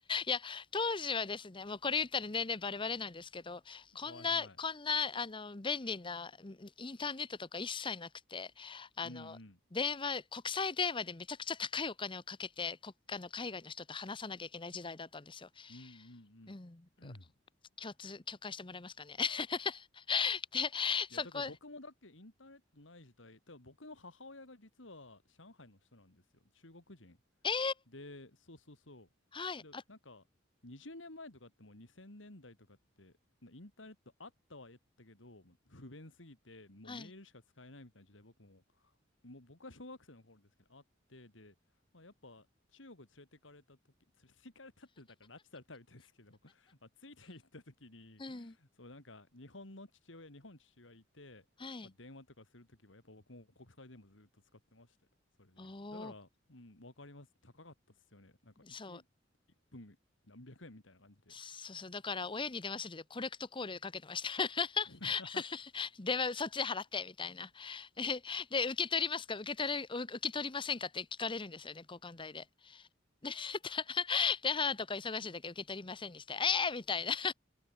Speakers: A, on the left; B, on the left.
A: や、いや当時はですね、もうこれ言ったら年々バレバレなんですけど、こんな、
B: いはい。
A: こんな、あの、便利な、んインターネットとか一切なくて、あの、
B: うんうん。
A: 電話、国際電話でめちゃくちゃ高いお金をかけて、国あの、海外の人と話さなきゃいけない時代だったんですよ。
B: うんうんうん。
A: うん。
B: <laughs>
A: 共通、共感してもらえますかね。<laughs> で、
B: <clears throat>
A: そこ、
B: いや、だから僕もだっけインターネットない時代、だから僕の母親が実は上海の人なんですよ。中国人。
A: えー、
B: で、そうそうそう。
A: はい、
B: で、
A: あ、
B: なんか、20年前とかってもう2000年代とかって、なインターネットあったはやったけど、もう不便すぎて、もうメールしか使えないみたいな時代僕も
A: はい、
B: もう僕は小学生の頃ですけど、あって、で、まあ、やっぱ中国連れてかれた時 <laughs> 連れて行かれたって、だから拉致されたみたいですけど、<laughs> まあ、ついて行った時に、
A: うん、
B: そう、なんか日本の父親、日本父親いて、
A: はい。
B: まあ、電話とかするときは、やっぱ僕も国際電話ずっと使ってましたよ。それで言うと。
A: おー、
B: だから、うん、わかります。高かったっすよね。なんか1、
A: そう、
B: 1分何百円みたいな感じで。
A: そうそう、だから親に電話するでコレクトコールかけてました。<laughs>
B: <laughs>
A: <laughs> では、そっちで払って、みたいな。<laughs> で、で受け取りますか受け取れ、う受け取りませんかって聞かれるんですよね、交換代で。で、たで母とか忙しい時受け取りませんにして、ええー、みたいな